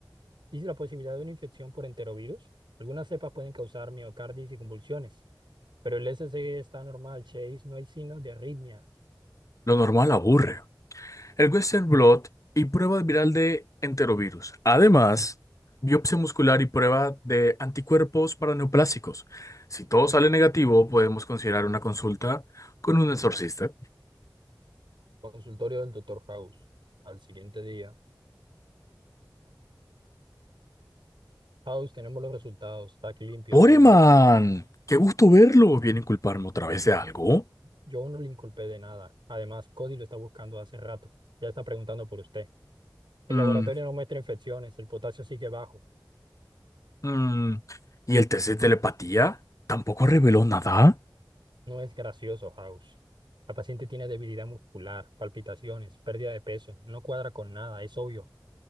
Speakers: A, on the right; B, on the left.
A: y la posibilidad de una infección por enterovirus. Algunas cepas pueden causar miocarditis y convulsiones, pero el SCG está normal, Chase, no hay signos de arritmia.
B: Lo normal aburre. El Western Blot y prueba viral de enterovirus. Además, biopsia muscular y prueba de anticuerpos para neoplásicos. Si todo sale negativo, podemos considerar una consulta con un exorcista.
A: Consultorio del doctor House. Al siguiente día. House, tenemos los resultados, está limpio,
B: ¡Poreman!
A: sin más.
B: ¡Qué gusto verlo! ¿Viene a culparme otra vez de algo?
A: Yo no le inculpé de nada. Además, Cody lo está buscando hace rato. Ya está preguntando por usted. El
B: Mm,
A: laboratorio no muestra infecciones, el potasio sigue bajo.
B: mm. ¿Y el test de telepatía? ¿Tampoco reveló nada?
A: No es gracioso, House. La paciente tiene debilidad muscular, palpitaciones, pérdida de peso, no cuadra con nada, es obvio.